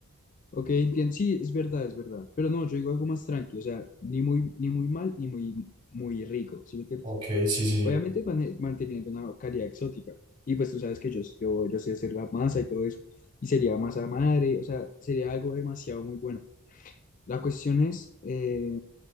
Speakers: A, on the left; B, on the right.
A: Ok, entiendo. Sí, es verdad, es verdad. Pero no, yo digo algo más tranqui, O sea, ni muy, ni muy mal, ni muy, muy rico, ¿sí me entiendes?
B: Ok, sí, sí, sí.
A: Obviamente mane- manteniendo una calidad exótica. Y pues tú sabes que yo, yo, yo sé hacer la masa y todo eso. Y sería masa madre, o sea, sería algo demasiado muy bueno. La cuestión es eh,